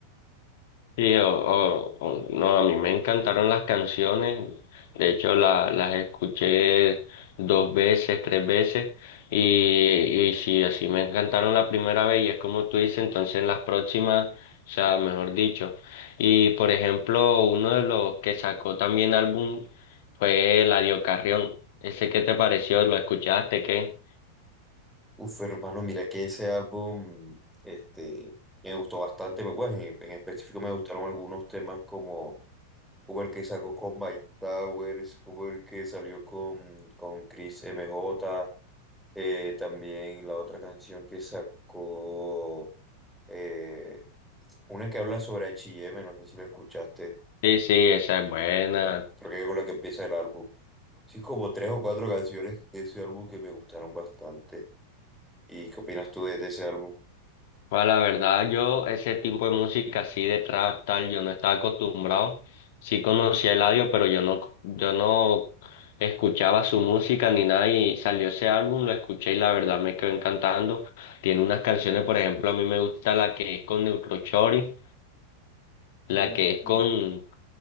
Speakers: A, on the left; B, in the centre.
A: Sí, o, o- o- no, a mí me encantaron las canciones, de hecho la- las escuché dos veces, tres veces, y, y sí, así me encantaron la primera vez, y es como tú dices, entonces en las próximas, o sea, mejor dicho. Y por ejemplo, uno de los que sacó también álbum fue Eladio Carrión, ¿ese qué te pareció? ¿Lo escuchaste, qué?
B: Uf, hermano, mira que ese álbum, este, me gustó bastante. me- Pues, en, en específico me gustaron algunos temas como, como el que sacó con Mike Towers, como el que salió con, con Chris MJ, eh, también la otra canción que sacó, eh, una que habla sobre H y M no sé si la escuchaste.
A: Sí, sí, esa es buena.
B: creo que con la que empieza el álbum. Sí, como tres o cuatro canciones de ese álbum que me gustaron bastante. ¿Y qué opinas tú de, de ese álbum?
A: Pues la verdad, yo ese tipo de música así de trap tal, yo no estaba acostumbrado. Sí conocía el audio, pero yo no, yo no escuchaba su música ni nada y salió ese álbum, lo escuché y la verdad me quedó encantando. Tiene unas canciones, por ejemplo, a mí me gusta la que es con Neutrochori, la
B: Mm.
A: que es con,